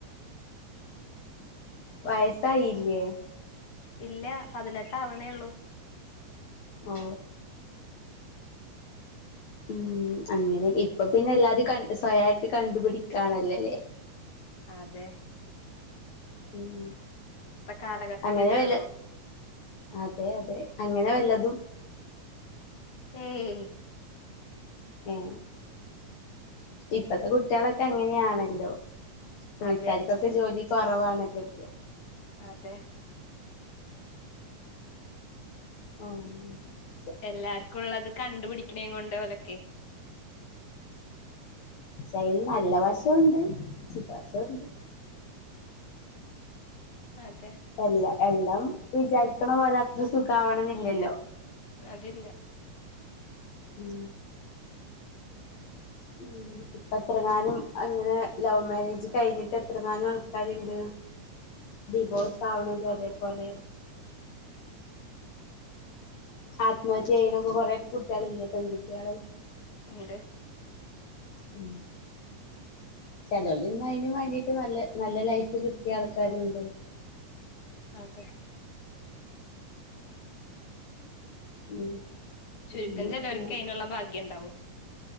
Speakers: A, on the left; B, on the left.
A: വയസായില്ല്യെ
B: ഇല്ല പതിനെട്ടാവണേ ഉള്ളൂ
A: ഓ ഉം അങ്ങനെ ഇപ്പൊ പിന്നെ എല്ലാരും കണ്ട് സ്വയായിട്ട് കണ്ടുപിടിക്കാണല്ലോല്ലേ
B: അതേ
A: ഉം
B: കാലഘട്ടം
A: അങ്ങനെ
B: അങ്ങനെയാണല്ലോ
A: വല്ല അതെ അതെ അങ്ങനെ വല്ലതും
B: ഏയ്‌
A: ഏ ഇപ്പത്തെ കുട്ടിയാളൊക്കെ അങ്ങനെയാണല്ലോ വീട്ടുകാർക്കൊക്കെ
B: അതെ
A: ജോലി കുറവാണല്ലോ ഇപ്പൊ
B: അതെ <inaudible>
A: ആഹ്
B: എല്ലാർക്കും ഉള്ളത് കണ്ടുപിടിക്കണേ കൊണ്ട് ഓലൊക്കെ
A: അയിൽ നല്ല വശോണ്ട് ചീത്ത വശോണ്ട്
B: അതെ
A: എല്ല എല്ലാം വിചാരിക്കണ പോലെ അത്ര സുഖാവണെന്നില്ലല്ലോ
B: അതില്ല
A: ഉം ഉം ഇപ്പ എത്രങ്ങാനും അങ്ങനെ ലവ് മാരേജ് കഴിഞ്ഞിട്ട് എത്രങ്ങാനും ആൾക്കാരുണ്ട് ഡിവോഴ്സ് ആവണത് അതേപോലെ ആത്മഹത്യ ചെയ്യണൊക്കെ കൊറെ കുട്ടികള് ഇല്ലേ പെൺകുട്ടികള്
B: ഇണ്ട്
A: ഉം ചെലോൽ ഇന്ന് അതിന് വേണ്ടിട്ട് നല്ല നല്ല ലൈഫ് കിട്ടിയ ആൾക്കാരുണ്ട്
B: അതെ
A: ഉം
B: ചുരുക്കം
A: അങ്ങനെയൊക്കെയാണ്
B: ചിലർക്ക് അയ്നുള്ള ഭാഗ്യം ഉണ്ടാവൂ